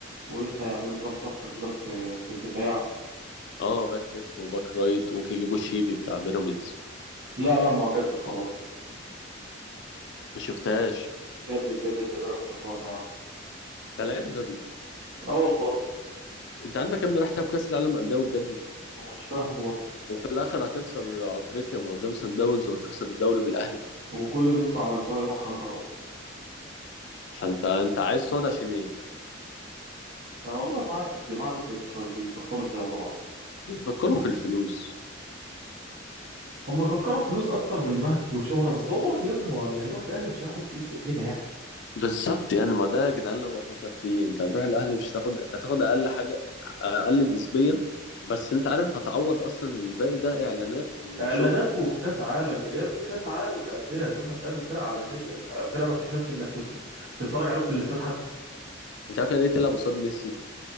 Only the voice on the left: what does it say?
اه باك ليفت وباك رايت ممكن يجيبوا شيبي بتاع بيراميدز
ما شفتهاش
ده لعيب غبي
انت عندك يا ابني راح تلعب كاس العالم انديه وتجدد
وفي الاخر هتخسر افريقيا من قدام سان داونز وهتخسر الدوري من الاهلي
فانت انت عايز صاد عشان ايه
بيفكروا في الفلوس
بالظبط يعني ما ده يا جدعان لو بفكر فيه انت هتروح الاهلي مش هتاخد انت هتاخد اقل حاجه اقل نسبيا بس انت عارف هتعوض اصلا الباقي ده اعلانات وشهره
انت عارف يعني ايه تلعب قصاد ميسي